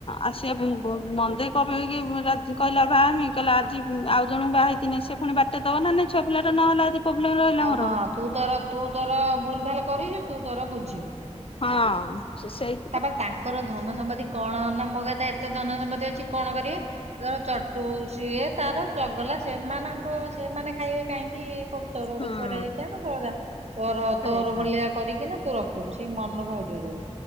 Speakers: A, on the left (about 50°); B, on the right (about 65°).
A: ଆ ସିଏ ମନ୍ଦେଇ କେଇକି କହିଲା ଭାଇାମି କହିଲା ଆଜି ଆଉ ଜଣଙ୍କୁ ବା ହେ ସେ ପୁଣି ବାଟା ଦେବ ନା ନାଇ ଛୁଆ ପିଲଟ ନ ହେଲା ଯଦି। ପ୍ରୋବ୍ଲେମ ରହିଲା
B: ଆଉ
A: ମୋର।
B: ହଁ ତୁ ତୋର ତୁ ତୋର ଭୁଲ ଭାଲ କରଛୁ ତୁ ତୋର ବୁଝିବୁ।
A: ହଁ ସେ ସେଇ
B: ତାପରେ ତାଙ୍କର ଧନ ସମ୍ପତ୍ତି କଣ ନା ମ କଥା ଏତେ ଧନ ସମ୍ପତ୍ତି ଅଛି କଣ କରିବେ। ତର ଚଟୁ ସିଏ ତାର ଚଗଲା ସେମାନଙ୍କ ସେମାନେ ଖାଇବେ କାହିଁକି କ ତୋର ଗୋଟେ
A: ହଁ।
B: ଛୁଆ ଟା ହୋଇଥାଏ କ ତ ତୋର
A: ସେଇଆ
B: ତୋର ଭଳିଆ କରିକି ନା ରଖିବୁ ସେଇ ମନଭାଉଜ ଯୋଉ।